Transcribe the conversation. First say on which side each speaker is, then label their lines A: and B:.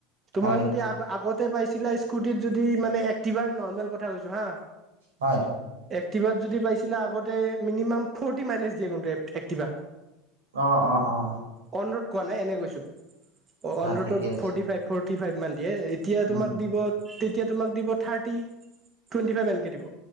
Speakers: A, on the right; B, on the right.
A: তোমাৰ
B: হয়
A: যদি আ আগতে পাইছিলো স্কুটিত যদি মানে এক্টিভাৰ নৰ্মেল কথা কৈছো হা।
B: হয়।
A: এক্টিভাত যদি পাইছিলে আগতে মিনিমাম ফৰ্টি মাইলেজ দিয়ে কিন্তু এক্টিভা।
B: অঁ-অঁ-অঁ,
A: অন ৰোড কোৱা নাই এনে কৈছো অ' অনৰোদ
B: ঠিকে আছে
A: ফৰ্টি ফাইভ। ফৰ্তি ফাইভ মান দিয়ে, এতিয়া
B: উম
A: তোমাক
B: উম
A: দিব তেতিয়া তোমাক দিব থাৰ্টি টুৱেণ্টি ফাইভ এনেকে দিব